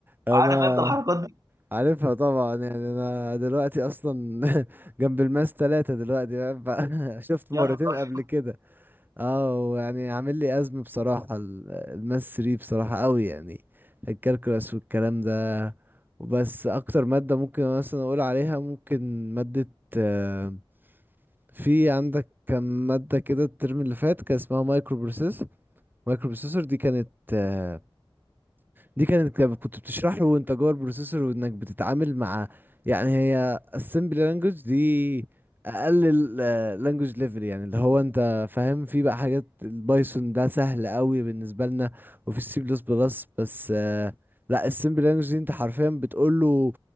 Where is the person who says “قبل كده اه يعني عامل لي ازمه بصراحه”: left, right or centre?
Right